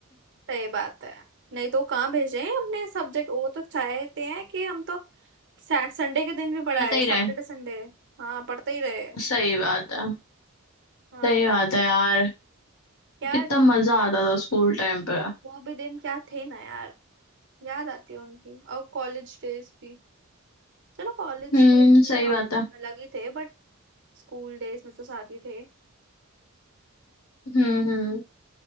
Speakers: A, on the right; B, on the left.
A: सही बात है नहीं तो कहाँ भेजे हैं अपने सब्जेक्ट वो तो चाहते हैं कि हम तो सैट संडे के दिन भी पढ़ाए
B: पढ़ते ही
A: सैटरडे
B: रहे
A: संडे हाँ पढ़ते ही रहे
B: सही बात है
A: हाँ
B: सही बात है यार
A: क्या
B: कितना मजा आता था स्कूल टाइम पे
A: वो भी दिन क्या थे ना यार याद आती है उनकी और कॉलेज डेज भी चलो कॉलेज
B: हम्म
A: डेज में
B: सही
A: तो हम
B: बात है
A: अलग ही थे बट स्कूल डेज में तो साथ ही थे
B: हम्म हम्म